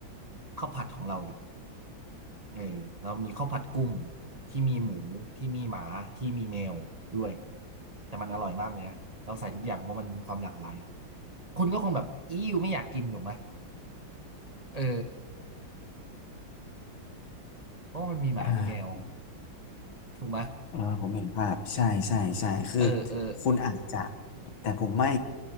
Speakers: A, on the right; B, on the left.
A: ข้าวผัดของเราดิ เออแล้วมีข้าวผัดกุ้งที่มีหมูที่มีหมาที่มีแมวด้วยแต่มันอร่อยมากเลยนะเราใส่ทุกอย่างเพราะมันมีความหลากหลายคุณก็คงแบบอีอไม่อยากกินถูกไหมเออเพราะมันมีหมามีแมว
B: อ่า
A: ถูกไหม
B: เออผมเห็นภาพใช่ใช่ใช่คือ
A: เออเออ
B: คุณอาจจะแต่ผมไม่